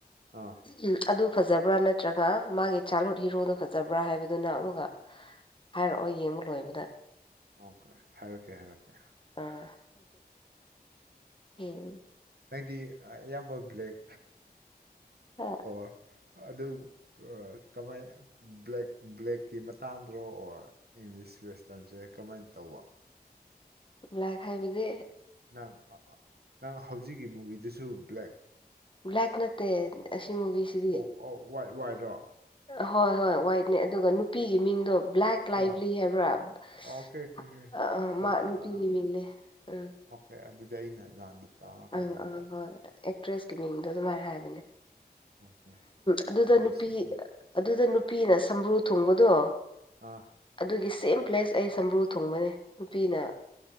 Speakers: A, on the right (about 75°); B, on the left (about 30°).
A: ꯑꯥ
B: ꯎꯝ ꯑꯗꯨ ꯐꯖꯕ꯭ꯔꯥ ꯅꯠꯇ꯭ꯔꯒ ꯃꯥꯒꯤ ꯆꯥꯏꯜꯍꯨꯗ ꯍꯤꯔꯣꯗꯣ ꯐꯖꯕ꯭ꯔꯥ ꯍꯥꯏꯕꯗꯨꯅ ꯑꯃꯒ ꯍꯥꯏꯔꯛꯑꯣ ꯌꯦꯡꯕ ꯂꯣꯏꯕꯗ
A: ꯑꯣꯀꯦ ꯍꯥꯏꯔꯛꯀꯦ ꯍꯥꯏꯔꯀꯦ
B: ꯑꯥ ꯎꯝ
A: ꯅꯪꯗꯤ ꯑꯌꯥꯝꯕ ꯕ꯭ꯂꯦꯛ
B: ꯍ
A: ꯑꯣ ꯑꯗꯨ ꯀꯃꯥꯏ ꯕ꯭ꯂꯦꯛ ꯕ꯭ꯂꯦꯛꯀꯤ ꯃꯇꯥꯡꯗꯨꯔꯣ ꯑꯣꯔ ꯏꯪꯂꯤꯁ ꯋꯦꯁꯇꯝꯁꯦ ꯀꯃꯥꯏꯅ ꯇꯧꯕ
B: ꯕꯂꯥꯏ ꯈꯥꯏꯕꯨꯗꯤ
A: ꯅꯪ ꯅꯪ ꯍꯧꯖꯤꯛꯀꯤ ꯃꯨꯚꯤꯗꯨꯁꯨ ꯕ꯭ꯂꯦꯛ
B: ꯕ꯭ꯂꯦꯛ ꯅꯠꯇꯦ ꯑꯁꯤ ꯃꯨꯕꯤꯁꯤꯗꯤ
A: ꯑꯣ ꯋꯥꯏ ꯋꯥꯏꯗ꯭ꯔꯣ
B: ꯍꯣꯏ ꯍꯣꯏ ꯋꯥꯏꯠꯅꯦ ꯑꯗꯨꯒ ꯅꯨꯄꯤꯒꯤ ꯃꯤꯡꯗꯣ ꯕ꯭ꯂꯦꯛ ꯂꯥꯏꯚꯂꯤ
A: ꯑꯥ
B: ꯍꯥꯏꯕ꯭ꯔꯥ ꯑꯥ
A: ꯑꯣꯀꯦ ꯑꯣꯀꯦ
B: ꯑꯥ
A: ꯑꯣꯀꯦ
B: ꯃꯥ ꯅꯨꯄꯤꯒꯤ ꯃꯤꯅꯦ ꯎꯝ
A: ꯑꯣꯀꯦ ꯑꯗꯨꯗꯤ ꯑꯩꯅ ꯂꯥꯟꯅ ꯇꯥꯈ꯭ꯔꯕ
B: ꯑꯥ
A: ꯍꯥꯏꯇꯥꯔꯦ
B: ꯑꯥ ꯍꯣꯏ ꯑꯦꯛꯇ꯭ꯔꯦꯁꯀꯤ ꯃꯤꯡꯗꯣ ꯑꯗꯨꯃꯥꯏꯅ ꯍꯥꯏꯕꯅꯦ
A: ꯑꯣꯀꯦ
B: ꯑꯗꯨꯗ
A: ꯗꯦꯠꯁ
B: ꯅꯨꯄꯤ
A: ꯃꯤ.
B: ꯑꯗꯨꯗ ꯅꯨꯄꯤꯅ ꯁꯝꯝꯕ꯭ꯔꯨ ꯊꯣꯡꯕꯗꯣ
A: ꯑꯥ
B: ꯑꯗꯨꯒꯤ ꯁꯦꯝ ꯄ꯭ꯂꯦꯁ ꯑꯩ ꯁꯝꯕ꯭ꯔꯨ ꯊꯣꯡꯕꯅꯦ ꯅꯨꯄꯤꯅ